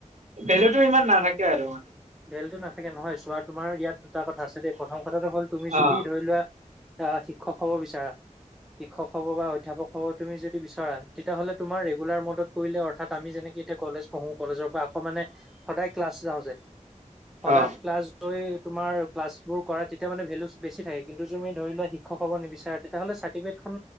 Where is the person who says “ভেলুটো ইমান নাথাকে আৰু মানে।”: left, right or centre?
Right